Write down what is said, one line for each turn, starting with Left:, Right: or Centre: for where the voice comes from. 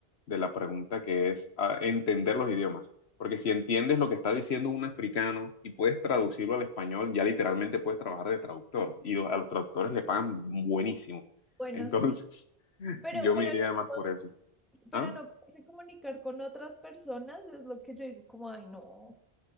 Left: de la pregunta que es ah, entender los idiomas. Porque si entiendes lo que está diciendo un africano y puedes traducirlo al español, ya literalmente puedes trabajar de traductor y lo- a los traductores le pagan buenísimo.
Centre: bueno,
Left: Entonces,
Centre: sí.
Left: <laughs>
Centre: Pero,
Left: yo me
Centre: pero,
Left: iría
Centre: no
Left: más
Centre: puedo-
Left: por eso.
Centre: pero
Left: ¿Ah?
Centre: no poderse comunicar con otras personas es lo que yo digo, como, ay, no.